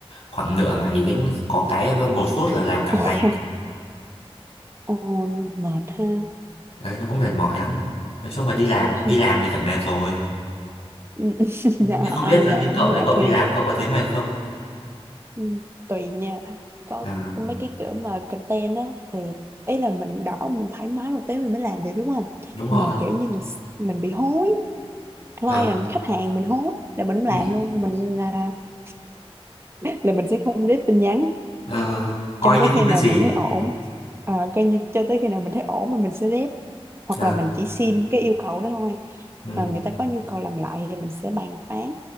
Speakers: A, on the left (about 70°); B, on the right (about 25°).
A: khoảng nửa ngày đến có cái một phút là làm cả
B: <laughs>
A: ngày
B: Ồ, mệt ha
A: đấy nó cũng mệt mỏi lắm nói chung là đi làm đi
B: thôi
A: làm thì phải mệt rồi
B: ừ, <laughs> dạ,
A: nhưng không
B: ai
A: biết là
B: làm
A: như
B: mà
A: cậu
B: không mệt
A: thì cậu đi
B: ha
A: làm cậu có thấy mệt không
B: ừ, tùy nha có
A: à,
B: có mấy cái kiểu mà content á thì ý là mình đỏ mình thoải mái một tí mình mới làm được đúng không
A: đúng rồi
B: mà kiểu như là mình bị hối client
A: Ờ,
B: khách hàng mình hối là mình không
A: bị
B: làm luôn mình là <laughs> là mình sẽ không rep tin nhắn
A: ờ, coi
B: cho
A: như
B: tới
A: không
B: khi
A: biết
B: nào
A: gì
B: mình thấy ổn à, coi như cho tới khi nào mình thấy ổn thì mình sẽ rep hoặc
A: à,
B: là mình chỉ xin cái yêu cầu đó thôi
A: ừ,
B: à, người ta có nhu cầu làm lại thì mình sẽ bàn phán